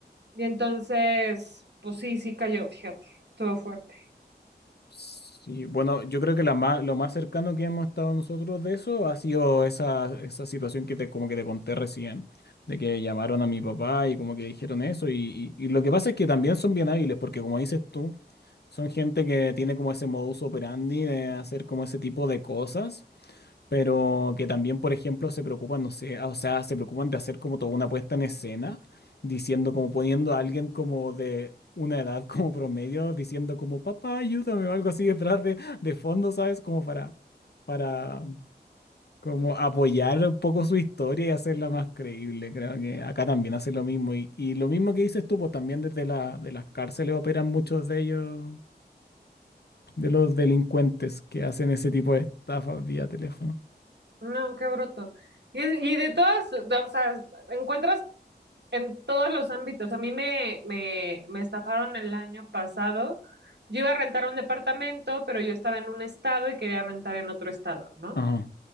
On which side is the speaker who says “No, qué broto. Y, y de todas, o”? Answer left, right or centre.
Right